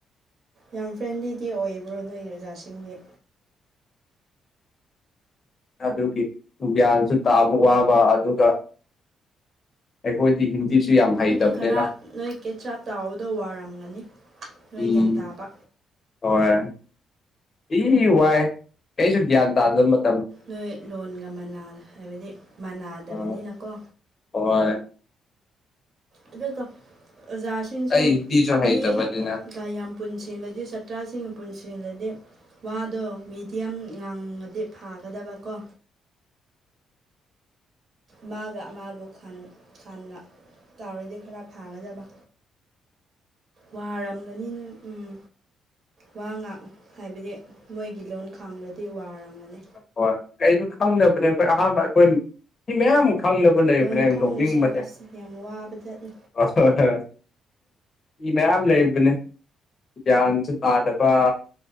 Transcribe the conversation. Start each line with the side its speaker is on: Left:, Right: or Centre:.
Right: ꯌꯥꯝ ꯐ꯭ꯔꯦꯟꯂꯤꯗꯤ ꯑꯣꯏꯕ꯭ꯔꯣ ꯅꯣꯏ ꯑꯣꯖꯥꯁꯤꯡꯗꯤ
Left: ꯑꯗꯨꯒꯤ ꯒ꯭ꯌꯥꯟꯁꯨ ꯇꯥꯕ ꯋꯥꯕ ꯑꯗꯨꯒ ꯑꯩꯈꯣꯏꯗꯤ ꯍꯤꯟꯗꯤꯁꯨ ꯌꯥꯝ ꯍꯩꯇꯕꯅꯤꯅ
Right: ꯑꯗꯨꯗꯤ ꯈꯔ ꯅꯣꯏ ꯀꯦꯠꯆꯥꯞ ꯇꯥꯎꯕꯗꯣ ꯋꯥꯔꯝꯒꯅꯤ ꯅꯣꯏ
Left: ꯎꯝ
Right: ꯒ꯭ꯌꯥꯟ ꯇꯥꯕ
Left: ꯍꯣꯏ ꯏ ꯋꯥꯏ ꯀꯩꯁꯨ ꯒ꯭ꯌꯥꯟ ꯇꯥꯗ ꯃꯠ
Right: ꯅꯣꯏ ꯂꯣꯟꯉ ꯃꯅꯥ ꯍꯥꯏꯕꯗꯤ ꯃꯥꯟꯅꯗꯕꯅꯤꯅꯀꯣ
Left: ꯑ ꯍꯣꯏ
Right: ꯑꯗꯨꯒ ꯑꯣꯖꯥꯁꯤꯡꯁꯨ
Left: ꯑꯩ ꯍꯤꯟꯗꯤꯁꯨ
Right: ꯃꯤ
Left: ꯍꯩꯇꯕꯅꯤꯅ
Right: ꯀꯥ ꯌꯥꯝ ꯄꯨꯟꯁꯤꯜꯂꯗꯤ ꯁꯇ꯭ꯔꯥꯁꯤꯡꯒ ꯄꯨꯟꯁꯤꯜꯂꯗꯤ ꯋꯥꯗꯣ ꯃꯦꯗꯤꯌꯝ ꯉꯥꯡꯉꯗꯤ ꯐꯥꯒꯗꯕ ꯀꯣ ꯃꯥꯒ ꯑꯃꯥꯕꯨ ꯈꯟ ꯈꯟꯅ ꯇꯥꯎꯔꯗꯤ ꯈꯔ ꯐꯒꯗꯕ ꯋꯥꯔꯝꯒꯅꯤ ꯅꯪ ꯎꯝ ꯋꯥ ꯉꯥꯛ ꯍꯥꯏꯕꯗꯤ ꯃꯣꯏꯒꯤ ꯂꯣꯟ ꯈꯪꯔꯗꯤ ꯋꯔꯝꯒꯅꯤ
Left: ꯍꯣꯏ ꯀꯩꯅꯣ ꯈꯪꯗꯕꯅꯦ ꯑꯩꯈꯣꯏ ꯑꯍꯥꯟꯕ ꯑꯩꯈꯣꯏ ꯃꯤ ꯃꯌꯥꯝ ꯈꯪꯅꯕ ꯂꯩꯕꯅꯦ
Right: ꯂꯣꯟ ꯈꯪꯗ꯭ꯔꯤꯁꯦ
Left: ꯅꯣꯛꯅꯤꯡꯕꯅꯦ
Right: ꯑꯁ ꯌꯥꯝ ꯋꯥꯕ ꯖꯥꯠꯅꯤ
Left: ꯍꯣꯏ ꯍꯣꯏ ꯃꯤ ꯃꯌꯥꯝ ꯂꯩꯕꯅꯦ ꯒ꯭ꯌꯥꯟꯁꯨ ꯇꯥꯗꯕ